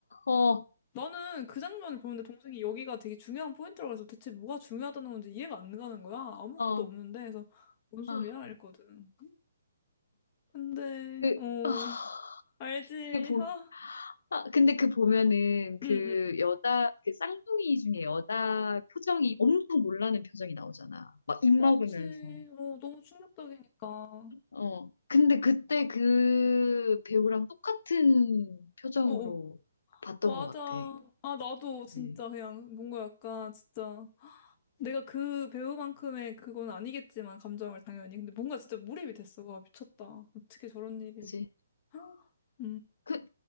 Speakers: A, on the left (about 75°); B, on the left (about 25°).
A: 어,
B: 나는 그 장면을 보는데 동생이 여기가 되게 중요한 포인트라고 해서 대체 뭐가 중요하다는 건지 이해가 안 가는 거야. 아무것도
A: 어,
B: 없는데. 그래서, 뭔 소리야?
A: 아,
B: 이랬거든. 근데,
A: 그,
B: 어,
A: 아,
B: 알지?
A: 그 보,
B: 아,
A: 아, 근데 그 보면은 그
B: 응, 응.
A: 여자, 그 쌍둥이 중에 여자 표정이 엄청 놀라는 표정이 나오잖아. 막 입
B: 그렇지.
A: 막으면서.
B: 어, 너무 충격적이니까. 어,
A: 어. 근데 그때 그 배우랑 똑같은 표정으로
B: 어, 어.
A: 봤던
B: 맞아.
A: 것 같아.
B: 아, 나도 진짜
A: 네.
B: 그냥 뭔가 약간 진짜. 내가 그 배우만큼의 그건 아니겠지만 감정을 당연히 근데 뭔가 진짜 몰입이 됐어 와 미쳤다 어떻게 저런 일이
A: 그지?
B: <gasps>
A: 그,